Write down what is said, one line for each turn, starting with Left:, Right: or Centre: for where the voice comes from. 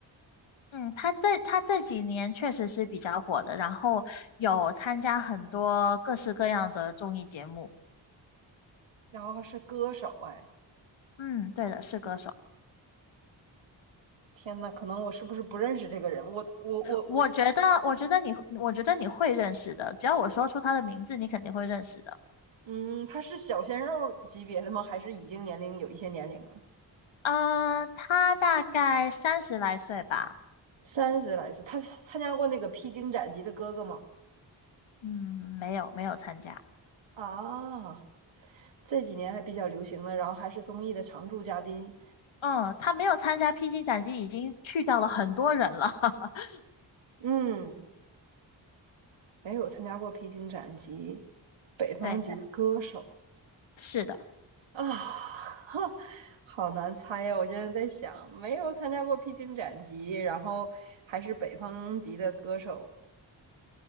Left: 嗯，他这他这几年确实是比较火的，然后有参加很多各式各样的综艺节目。
Right: 然后是歌手，哎，
Left: 嗯，对的，是歌手。
Right: 天呐，可能我是不是不认识这个人？我我我我，
Left: 我觉得，我觉得你，我觉得你会认识的，只要我说出他的名字，你肯定会认识的。
Right: 嗯，他是小鲜肉级别的吗？还是已经年龄有一些年龄了？
Left: 嗯、他大概三十来岁吧。
Right: 三十来岁，他参加过那个披荆斩棘的哥哥吗？
Left: 嗯，没有没有参加。
Right: 啊。这几年还比较流行的，然后还是综艺的常驻嘉宾。
Left: 嗯，他没有参加《披荆斩棘》，已经去掉了很多人了。<laughs>
Right: 嗯，没有参加过披荆斩棘、北方籍的歌手
Left: 对，是的。
Right: 啊，<laughs> 哈，好难猜呀！我现在在想，没有参加过披荆斩棘，然后还是北方籍的歌手